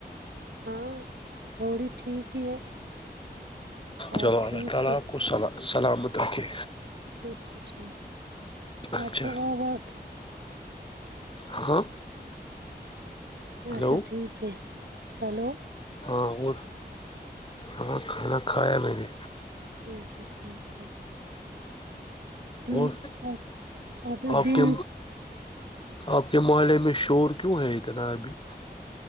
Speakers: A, on the right; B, on the left.
A: ہاں تھوڑی ٹھیک ہی ہے
B: چلو
A: آپ
B: الله
A: ٹھیک
B: تعال
A: ہو
B: آپ کو سلا سلامت رکھے
A: اچھا ٹھیک ہے
B: اچھا
A: آپ کو آواز
B: ہاں ہاں <inaudible> ہلو
A: اچھا ٹھیک ہے ہلو
B: ہاں اور ہاں کھانا کھایا میں نے
A: اچھا ٹھیک ہے دن
B: اور
A: آپ نے
B: آپ
A: دن
B: کے آپ کے محلے میں شور کیوں ہے اتنا ابھی